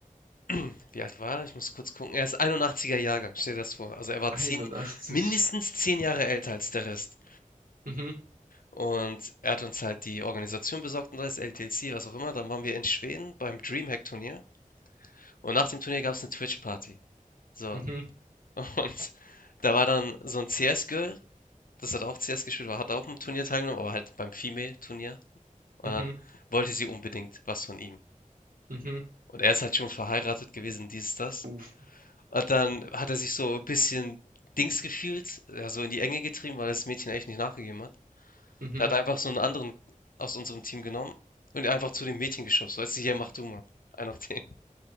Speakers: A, on the left; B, on the right.
A: <clears throat> Wie alt war er? Ich muss kurz gucken. Er ist 81er Jahrgang, stell dir das vor. Also er war
B: 81.
A: zehn, mindestens zehn Jahre älter als der Rest.
B: Mhm,
A: Und er hat uns halt die Organisation besorgt und das LTC, was auch immer. Dann waren wir in Schweden beim Dreamhack-Turnier. Und nach dem Turnier gab es eine Twitch-Party. So.
B: mhm,
A: <laughs> Und da war dann so ein CS-Girl, das hat auch CS gespielt, war, hat auch im Turnier teilgenommen, aber halt beim Female-Turnier. Und
B: mhm,
A: dann wollte sie unbedingt was von ihm.
B: mhm.
A: Und er ist halt schon verheiratet gewesen, dies, das.
B: Uff,
A: Und dann hat er sich so ein bisschen Dings gefühlt, ja, so in die Enge getrieben, weil das Mädchen echt nicht nachgegeben hat.
B: mhm.
A: Da hat er einfach so einen anderen aus unserem Team genommen und einfach zu dem Mädchen geschubst. Weißt du: „Hier, mach du mal.“ Einen auf den.